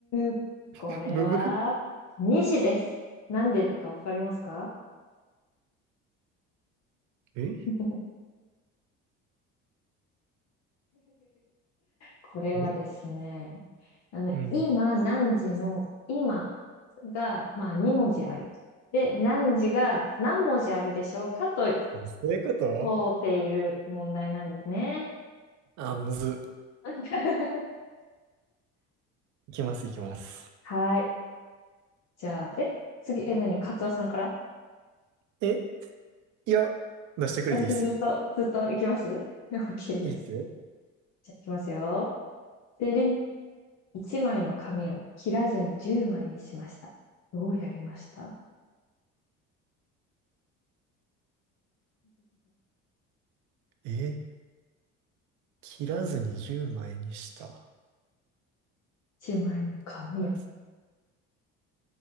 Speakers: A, on the left (about 55°); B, on the right (about 60°).
A: ー <laughs>。
B: <laughs>
A: これは、
B: ブブ。
A: 2時です。なんでだかわかりますか
B: え
A: <laughs> これはですね、
B: え
A: あの、
B: うん。
A: 今何時の、今が、まあ、2文字ある。で、何時が何文字あるでしょうかと
B: あ、そういうこと
A: 問うている問題なんですね。
B: あ、むず。
A: <laughs>
B: いきます、いきます。
A: はい。じゃあ、え、次、え、何カツオさんから
B: えいや、出してくれていいっすよ。
A: 私ずっと、ずっと行きます ?OK <laughs> です。
B: いいっすよ。
A: じゃあ、行きますよ。でりん。1枚の紙を切らずに10枚にしました。どうやりました
B: え切らずに10枚にした。
A: ?1 <laughs> 枚の紙を。
B: 切らず